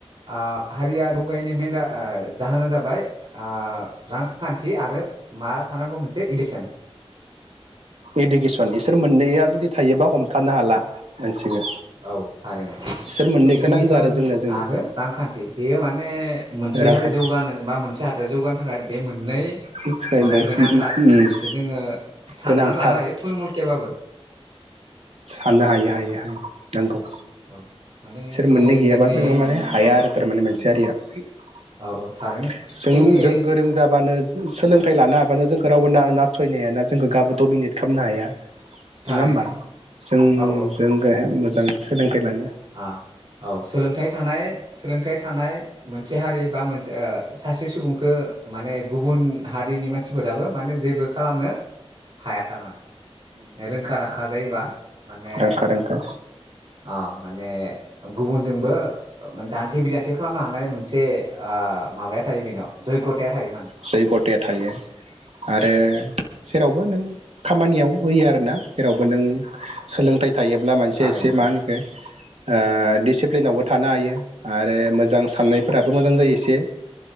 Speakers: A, on the right; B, on the right.
A: ओ हारिया दुगायनि मेन ओ जाहोना जाबाय ओ रांखान्थि आरो मा थानांगौ मोनसे एदिसन
B: इडुकेसन इसोर मोननैया जुदि थायोबा हमथानो हाला मानसिखौ
A: औ थारैनो
B: इसोर मोननैखौ
A: दा इडुकेसन
B: नांगौ आरो जोंनो जोंनो
A: आरो रांखान्थि बेयो माने मोनसे
B: रांखान्थि
A: हारि जौगानो बा मोनसे हादरा जौगानो थाखाय बे मोननै
B: बहुद
A: माबाया गोनांथार बेखौ जोङो साननानै
B: गोनांथार
A: लानो हायो थुलमुलकेबाबो
B: साननो हायो हायो हायो नोंगौ
A: औ माने
B: बिसोर मोननै गैयाबा
A: जोंनि
B: जोङो माने हाया आरो थारमाने मोनसे
A: उम
B: हारिया <unintelligible>
A: औ औ थारैनो
B: जों
A: जोंनि
B: जों गोरों जाबानो सोलोंथाइ लानो हाबानो जोंखौ रावबो ना नाथयनो हायाना जोंखौ गाबो डमिनेट खामनो हाया। नोङा
A: थारैनो
B: होमबा जों
A: औ
B: जों <unintelligible> मोजां सोलों <unintelligible>
A: अ औ सोलोंथ थानाय सोलोंथानाय थानाय मोन से मोन सासे सुबुंखो माने गुबुन हारिनि मान सिफोराबो माने जेबो खालामनो हाया थारमाने रोंखा राखा जायोबा माने
B: रोंखा रोंखा
A: अ ए गुबुनजोंबो दान्थे बिदान्थे खालामनो हानाय मोनसे ओ माबाया थायो बेनाव जयगथाया थायो माने
B: जै गथाया थायो आरो जेरावबो नों खामानियाव होयो आरोना जेरावबो नों सोलोंथाइ थायोब्ला मानसिया
A: थारैनो
B: एसे मा होनखो ओ दिडिसिप्लिनावबो थानो हायो आरो मोजां साननायफोराबो मोजां जायो एसे